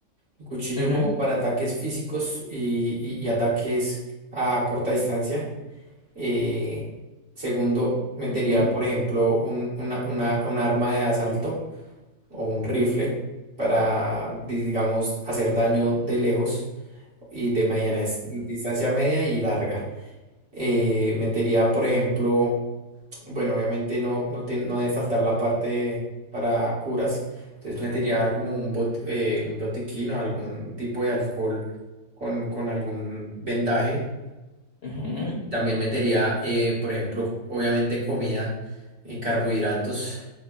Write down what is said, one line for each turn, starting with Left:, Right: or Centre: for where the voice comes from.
Right: un cuchillo
Left: Ujú,
Right: como para ataques físicos y, y- y ataques a corta distancia. Eh, segundo, metería
Left: ujú,
Right: por ejemplo un, una, una- un arma de asalto. o un rifle para, digamos, hacer daño de lejos y de mediana es- distancia media y larga. Eh, metería, por ejemplo, bueno, obviamente no, no, te- no debe faltar la parte para curas, entonces metería como un, bot- eh, un botiquín o algún tipo de alcohol con, con algún vendaje.
Left: ujú, ujú.
Right: Y también metería, eh, por ejemplo, obviamente comida, eh, carbohidratos